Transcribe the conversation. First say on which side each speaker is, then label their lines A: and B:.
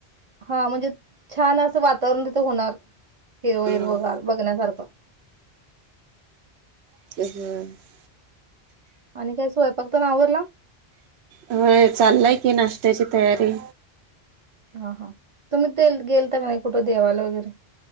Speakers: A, on the right; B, on the right.
A: हा म्हणजे छान असं वातावरण तिथं होणार हिरव
B: हम्म
A: हिरव गार बघण्यासारखं
B: <unintelligible>
A: आणि काय स्वयंपाकत आवरल?
B: होय चाललाय की नाष्ट्याची तयारी.
A: हा ह तुम्ही ते गेल तर का नाही कुठं देवाला वगैरे?